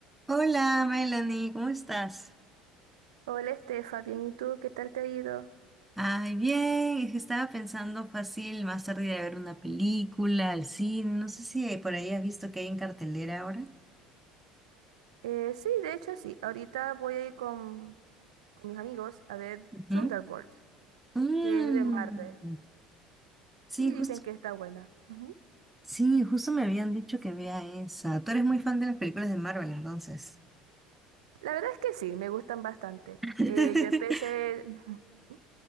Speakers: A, in the centre; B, on the right (about 80°).
A: Hola, Melanie, ¿cómo estás?
B: Hola Estefa, bien, ¿y tú qué tal te ha ido?
A: Ay, bien, es que estaba pensando fácil más tarde ir a ver una película, al cine, no sé si por ahí has visto que hay en cartelera ahora.
B: Eh, sí, de hecho sí, ahorita voy a ir con, con mis amigos a ver
A: Ujú.
B: Thunderbolts,
A: Mm,
B: que es de Marvel,
A: sí,
B: y
A: justo,
B: dicen que está buena. Ujú.
A: sí, justo me habían dicho que vea esa. Tú eres muy fan de las películas de Marvel, entonces.
B: La verdad es que sí, me gustan bastante.
A: <laughs>
B: Eh, yo empecé, <laughs>